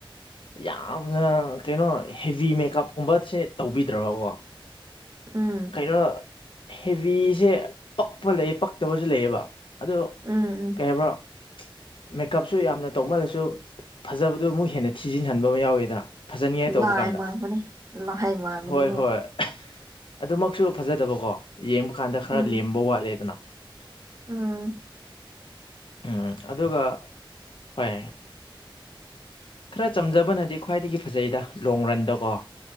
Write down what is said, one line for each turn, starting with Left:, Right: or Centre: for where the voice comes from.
Left: ꯌꯥꯝꯅ ꯀꯩꯅꯣ ꯍꯦꯚꯤ ꯃꯦꯀꯞꯀꯨꯝꯕꯁꯦ ꯇꯧꯕꯤꯗ꯭ꯔꯕꯀꯣ
Right: ꯎꯝ
Left: ꯀꯩꯅꯣ ꯍꯦꯕꯤꯁꯦ ꯄꯛꯄ ꯂꯩ ꯄꯛꯇꯕꯁꯨ ꯂꯩꯌꯦꯕ ꯑꯗꯣ
Right: ꯎꯝ ꯎꯝ
Left: ꯀꯩ ꯍꯥꯏꯕ꯭ꯔꯥ ꯃꯦꯀꯞꯁꯨ ꯌꯥꯝꯅ ꯇꯧꯃꯜꯂꯁꯨ ꯐꯖꯕꯗꯨ ꯑꯃꯨꯛ ꯍꯦꯟꯅ ꯊꯤꯖꯤꯟꯍꯟꯕ ꯑꯃ ꯌꯥꯎꯋꯤꯗꯅ ꯐꯖꯅꯤꯉꯥꯏ ꯇꯧꯕ
Right: ꯂꯥꯏ
Left: ꯀꯥꯟꯗ
Right: ꯃꯥꯟꯕꯅꯦ ꯂꯥꯏ ꯃꯥꯟꯕꯅꯦ
Left: ꯍꯣꯏ ꯍꯣꯏ ꯑꯗꯨꯃꯛꯁꯨ ꯐꯖꯗꯕꯀꯣ ꯌꯦꯡꯕ ꯀꯥꯟꯗ ꯈꯔ
Right: ꯎꯝ
Left: ꯂꯦꯝꯕ ꯋꯥꯠꯂꯦꯗꯅ
Right: ꯎꯝ
Left: ꯎꯝ ꯑꯗꯨꯒ ꯍꯣꯏ ꯈꯔ ꯆꯝꯖꯕꯅꯗꯤ ꯈ꯭ꯋꯥꯏꯗꯒꯤ ꯐꯖꯩꯗꯥ ꯂꯣꯡ ꯔꯟꯗꯀꯣ